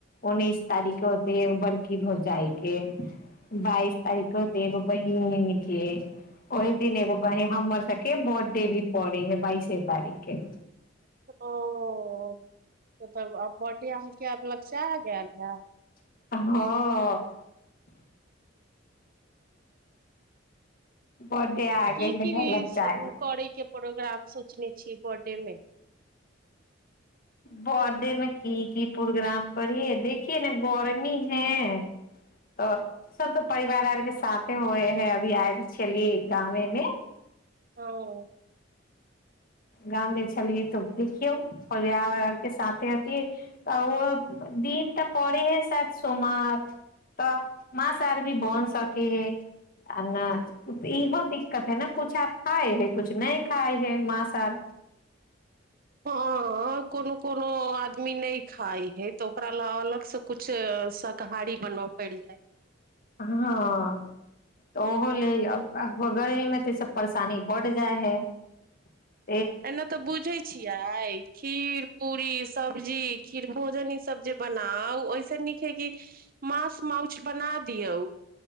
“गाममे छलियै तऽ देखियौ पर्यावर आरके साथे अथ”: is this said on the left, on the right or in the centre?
Left